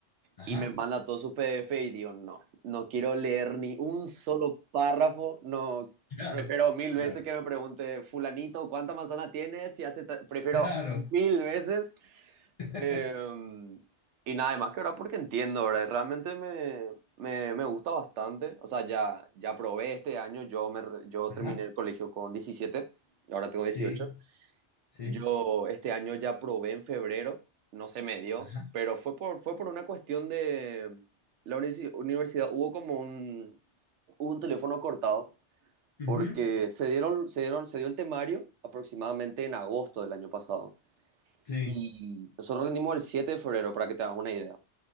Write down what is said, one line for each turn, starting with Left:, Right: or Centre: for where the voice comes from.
Left: Ajá,
Right: y me manda todos sus PDF y digo, no, no quiero leer ni un solo párrafo, no,
Left: claro,
Right: prefiero mil
Left: claro,
Right: veces que me pregunte fulanito cuánta manzana tienes y hace, ta-?". prefiero
Left: claro.
Right: mil veces
Left: <laughs>
Right: Em, y nada más que ahora porque entiendo, ahora Realmente me, me, me gusta bastante. O sea, ya, ya probé este año, yo, me, re- yo
Left: Ajá,
Right: terminé el colegio con 17 y ahora tengo
Left: sí,
Right: dieciocho
Left: sí,
Right: Yo este año ya probé en febrero, no se me dio,
Left: ajá,
Right: pero fue por, fue por una cuestión de la unici- universidad. Hubo como un, hubo un teléfono cortado
Left: ujú,
Right: porque se dieron, se dieron, se dio el temario aproximadamente en agosto del año pasado.
Left: sí,
Right: Y nosotros rendimos el 7 de febrero, para que te hagas una idea.